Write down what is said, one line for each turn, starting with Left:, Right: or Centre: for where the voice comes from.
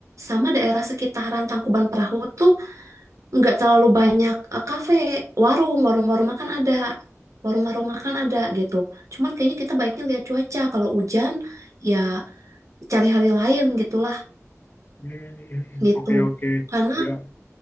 Right: Sama daerah sekitaran Tangkuban Perahu tuh nggak terlalu banyak eh, kafe, warung, warung-warung makan ada, warung-warung makan ada gitu. Cuma kayaknya kita baiknya lihat cuaca. Kalau hujan ya cari hari lain gitulah
Left: Hmm,
Right: gitu.
Left: oke oke.
Right: Karena
Left: Ya.